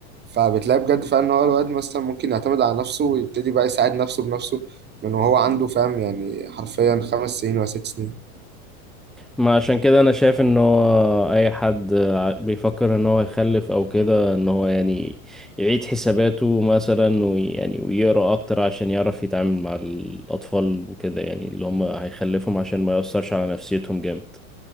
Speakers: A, on the right (about 20°); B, in the centre.
A: فبتلاقي بجد فعلا ان هو الواد مثلا ممكن يعتمد على نفسه ويبتدي بقى يساعد نفسه بنفسه من وهو عنده فاهم يعني حرفيا خمس سنين ولا ست سنين
B: ما عشان كده انا شايف ان هو اي حد ع- بيفكر ان هو يخلف او كده ان هو يعني يعيد حساباته مثلا ويعني ويقرا اكتر عشان يعرف يتعامل مع الاطفال وكده يعني اللي هم هيخلفهم عشان ما يأثرش على نفسيتهم جامد